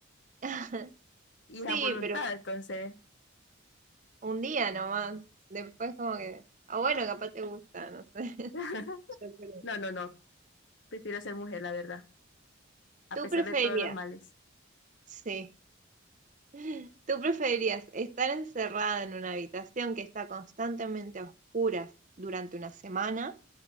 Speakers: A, on the right; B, on the left.
A: <laughs>
B: Y
A: Sí,
B: es a voluntad,
A: pero
B: entonces.
A: un día nomás. Después como que, ah, bueno, capaz te gusta, no sé. <laughs>
B: <laughs>
A: Yo creo.
B: No, no, no. Prefiero ser mujer, la verdad. A
A: ¿Tú
B: pesar
A: preferirías?
B: de todos los males.
A: Sí. <laughs> ¿Tú preferirías estar encerrada en una habitación que está constantemente a oscuras durante una semana